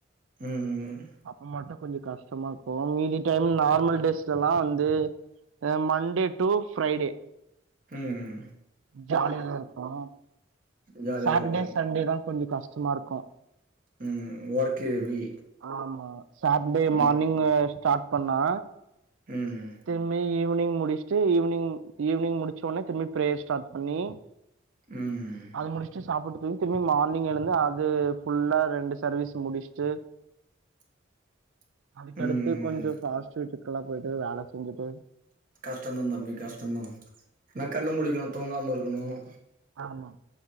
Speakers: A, on the right (about 45°); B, on the right (about 80°).
A: ம் ம்
B: அப்ப மட்டும் கொஞ்சோ கஷ்டமா இருக்கும் மீதி டைம் நார்மல் டேஸ்லல்லாம் வந்து மண்டே டூ ஃபிரைடே
A: ம்
B: ஜாலியா இருக்கும்
A: ஜாலியா
B: சாட்டர்டே
A: இருக்கு
B: சண்டே தான் கொஞ்சோ கஷ்டமா இருக்கு
A: ம் ஒர்க் ஹெவி
B: ஆமா சாட்டர்டே
A: ம்
B: மார்னிங் ஸ்டாட் பண்ணா
A: ம் ம்
B: திரும்பி ஈவினிங் முடிச்ட்டு ஈவினிங் ஈவினிங் முடிச்ச உடனே திரும்பி பிரேயர் ஸ்டாட் பண்ணி
A: ம் ம்
B: அது முடிச்சுட்டு சாப்பிட்டு தூங்கி திரும்பி மார்னிங் எழுந்து அது ஃபுல்லா ரெண்டு சர்வீஸ் முடிச்சுட்டு
A: <unintelligible>
B: அதுக்கடுத்து
A: ம்
B: கொஞ்சோ பாஸ்ட் வீட்டுக்கெல்லாம் போய்ட்டு வேல செஞ்சுட்டு
A: கஷ்டம் தான் தம்பி கஷ்டம்தான் என்னா கண்ணு முழிக்கணும் தூங்காம இருக்கணும்
B: ஆமா